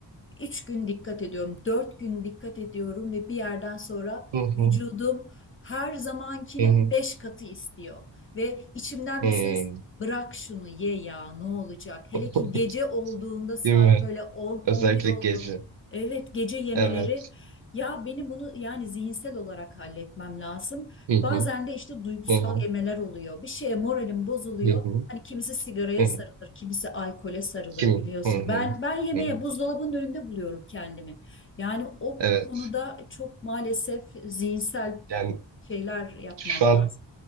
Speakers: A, on the left; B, on the right.
A: Üç gün dikkat ediyorum, dört gün dikkat ediyorum ve bir yerden sonra
B: Hı
A: vücudum
B: hı.
A: her zamankinin
B: Hı hı.
A: beş katı istiyor. Ve içimden
B: Hmm.
A: bir ses bırak şunu ye ya ne olacak? Hele
B: <laughs>
A: ki gece olduğunda saat
B: Değil mi?
A: böyle on
B: Özellikle
A: on bir olduğunda
B: gece.
A: evet gece yemeleri
B: Evet.
A: ya benim bunu yani zihinsel olarak halletmem lazım.
B: Hı hı.
A: Bazen de işte duygusal
B: Hı hı.
A: yemeler oluyor. Bir şeye moralim bozuluyor.
B: Hı hı.
A: Hani kimisi sigaraya
B: Hı
A: sarılır,
B: hı.
A: kimisi alkole sarılır
B: Kim?
A: biliyorsun.
B: Hı hı.
A: Ben ben yemeğe
B: Hı hı.
A: buzdolabının önünde buluyorum kendimi. Yani o
B: Evet.
A: konuda çok maalesef zihinsel
B: Yani
A: şeyler yapmam
B: şu an
A: lazım.